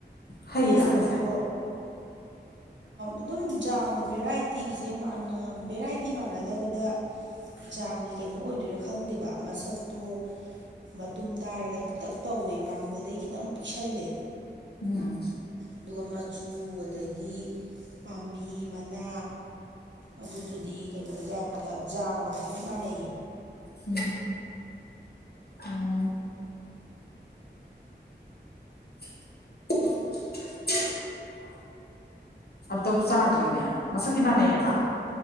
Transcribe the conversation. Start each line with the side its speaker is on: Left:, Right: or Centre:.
Left: ꯍꯩꯔꯥ
Right: ꯃꯁꯛꯇꯣ
Left: ꯍꯥꯏꯁꯦ
Right: ꯑꯗꯨꯝ ꯖꯥꯝꯒ ꯚꯦꯔꯥꯏꯇꯤꯁꯦ ꯃꯥꯟꯅ ꯚꯦꯔꯥꯏꯇꯤ ꯃꯥꯟꯅꯗꯕꯗ ꯖꯥꯝꯒꯤ ꯀꯩꯅꯣ ꯑꯣꯏꯗꯣꯏꯔꯥ ꯈꯪꯗꯦꯕ ꯃꯁꯛꯇꯣ ꯃꯇꯨꯝ ꯇꯥꯔꯒ ꯄꯤꯛꯇꯛ ꯇꯧꯋꯦ ꯃꯥꯔꯕꯣꯜꯗꯩ ꯈꯤꯇꯪ ꯄꯤꯛꯁꯜꯂꯦ
Left: ꯎꯝ
Right: ꯑꯗꯨꯒ ꯃꯆꯨ ꯑꯗꯒꯤ ꯄꯥꯝꯕꯤ ꯃꯅꯥ ꯑꯗꯨꯗꯨꯗꯤ ꯀꯩꯅꯣꯒꯤ ꯇꯥꯏꯞꯇ ꯖꯥꯝꯒ ꯍꯥꯏꯐꯦꯠ ꯃꯥꯟꯅꯩꯌꯦ
Left: ꯎꯝ ꯎꯝ <unintelligible> ꯑꯞꯇꯕꯨ ꯆꯥꯗ꯭ꯔꯤꯅꯦ ꯃꯁꯛꯇꯤ ꯃꯥꯟꯅꯩꯌꯦꯕ